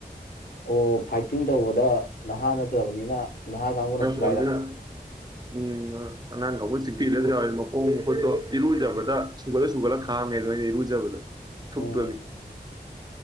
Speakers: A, on the left; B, on the right.
A: ꯑꯣ ꯐꯥꯏꯇꯤꯡ ꯇꯧꯕꯗ ꯅꯍꯥ ꯅꯠꯇ꯭ꯔꯕꯅꯤꯅ ꯅꯍꯥ ꯀꯥꯡꯕꯨꯅ
B: ꯅꯠꯇꯔꯝꯅꯤꯅ
A: ꯐꯨꯒꯥꯏꯔꯛꯄ
B: ꯎꯝ ꯑꯉꯥꯡ ꯀꯥꯡꯒꯨꯅ ꯆꯤꯛꯄꯤꯔꯗ꯭ꯔꯥ ꯃꯈꯣꯡ ꯃꯈꯨꯠꯇꯣ ꯏꯔꯨꯖꯕꯗ ꯁꯨꯒꯠꯂ ꯁꯨꯒꯠꯂ ꯈꯥꯡꯉꯦꯗ ꯑꯩꯅ ꯏꯔꯨꯖꯕꯗ ꯊꯨꯞꯄꯒꯤ
A: ꯎꯝ